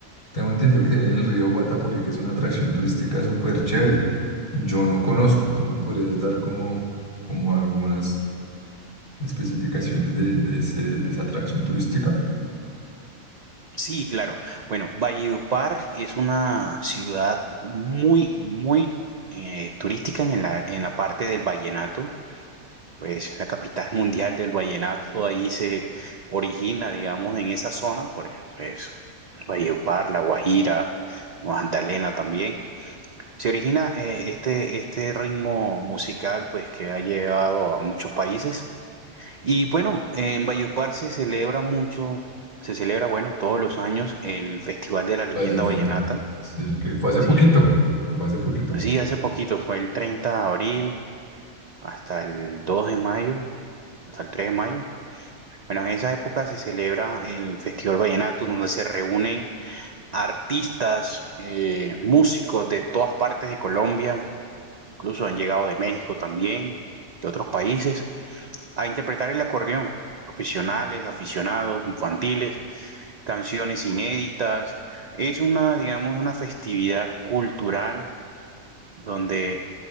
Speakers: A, on the left (about 25°); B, on the right (about 60°).
A: tengo entendido que tienen el río Guatapurí, que es una atracción turística súper chévere. Yo no conozco, tú me podrías dar como, como algunas especificaciones de, de ese- de esa atracción turística.
B: Sí, claro. Bueno, Valledupar es una ciudad muy, muy eh, turística en la, en la parte del vallenato. Pues la capital <laughs> mundial del vallenato ahí se origina, digamos, en esa zona, por eso. Valledupar, La Guajira, Magdalena también. Se origina eh, este, este ritmo musical pues que ha llegado a muchos países. Y bueno, en Valledupar se celebra mucho, se celebra bueno todos los años el Festival de la Leyenda
A: Vallenato.
B: Vallenata.
A: Sí, que fue hace
B: Sí,
A: poquito, que fue hace poquito.
B: sí, hace poquito fue el 30 de abril hasta el 2 de mayo, hasta el 3 de mayo. Bueno, en esa época se celebra el Festival Vallenato, donde se reúnen artistas, eh, músicos de todas partes de Colombia, incluso han llegado de México también, de otros países, a interpretar el acordeón, profesionales, aficionados, infantiles, canciones inéditas. Es una, digamos, una festividad cultural donde,